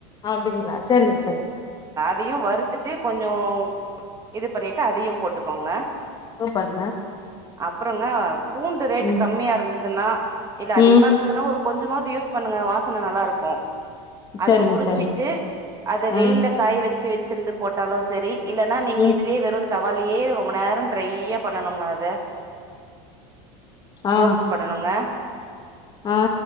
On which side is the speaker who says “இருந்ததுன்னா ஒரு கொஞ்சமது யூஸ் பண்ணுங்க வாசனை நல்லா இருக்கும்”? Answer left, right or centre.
Right